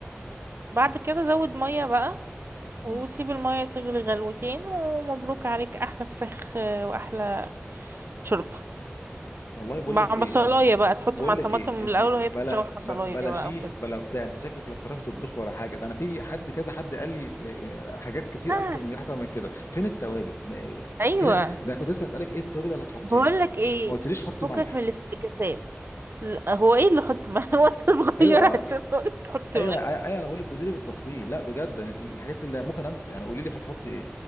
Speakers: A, on the right (about 60°); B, on the left (about 80°).
A: بعد كده زود مية بقى
B: مم.
A: وسيب المية تغلي غلوتين ومبروك عليك احلى فراخ آه، واحلى شوربة
B: والله بقول
A: مع
B: لك ايه
A: بصلاية بقى تحط
B: بقول
A: مع الطماطم
B: لك ايه انت
A: من الاول وهي بتتشوح
B: بلا
A: بصلاية
B: ب- بلا
A: بقى
B: شيف
A: او كده
B: بلا بتاع انت شكلك لا بتعرفي تطبخ ولا حاجه ده انا في حد كذا حد قال لي آه، حاجات كتير
A: آه
B: اكتر من احسن من كده فين التوابل آه،
A: ايوه
B: فين ده كنت لسه اسالك ايه التوابل اللي هتحطيها
A: بقول لك ايه
B: ما قلتليش حطي
A: فكك
B: ملح
A: من الافتكاسات لا، هو ايه اللي حط ملح <laughs> وانت صغير
B: ايوه
A: عشان اقول لك حط
B: ايوه
A: ملح
B: ايوه أيوه، انا بقول لك قولي لي بالتفصيل لا بجد أنا الحاجات اللي ممكن انسى يعني قولي لي هتحطي ايه